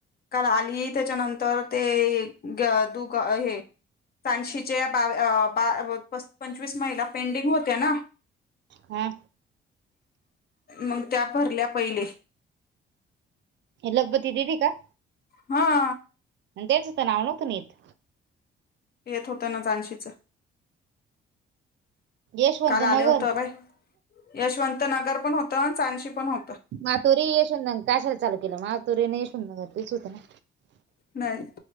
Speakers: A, on the left; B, on the right.
A: काल <inaudible> त्याच्यानंतर ते गं दुका ये-हे फॅन्सी चे बा-अ बा-अ पंचवीस महिला पेंडिंग होत्या ना
B: हा
A: मग त्या भरल्या पहिले.
B: एलग बती देदी का?
A: हा.
B: आण त्यांच तर नाव नव्हतं ना येत.
A: येत होतं ना जानशीच.
B: यशवंत
A: काल आल्या
B: नगर
A: होत्या बाई यशवंत नगर पण होत न चांशी पण हो
B: मातोरी येशोंग कशाला चालू केलं मातोरीे अनं यशवंत नगर तेच होत ना.
A: नाही.